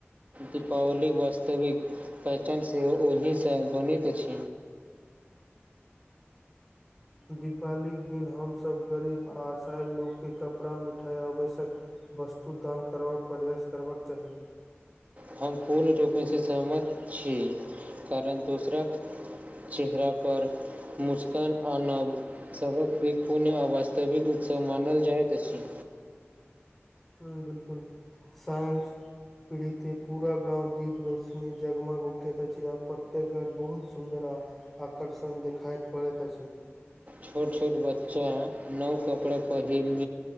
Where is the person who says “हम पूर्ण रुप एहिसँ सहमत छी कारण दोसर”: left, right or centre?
Right